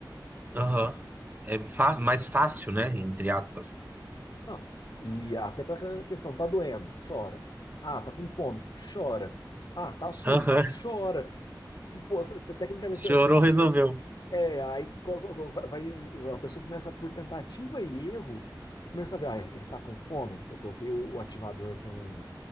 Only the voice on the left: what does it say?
Não. E até para aquela questão, tá doendo, chora. Ah, tá com fome, chora. Ah, tá sujo,
chora. Pô, você você tecnicamente.
É, aí que co- co- vai, vai- a pessoa começa por tentativa e erro, começa a ver, ah, ele tá com fome, eu coloquei o, o ativador com